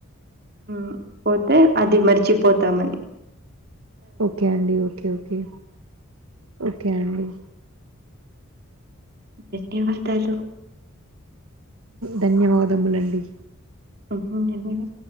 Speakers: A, on the right (about 45°); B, on the right (about 75°).
A: హ్మ్ పోతే అది మరిచిపోతామని
B: ఓకే అండి ఓకే ఓకే ఓకే అండి
A: ధన్యవాదాలు
B: ధన్యవాదములండి
A: హ్మ్ ఏమైనా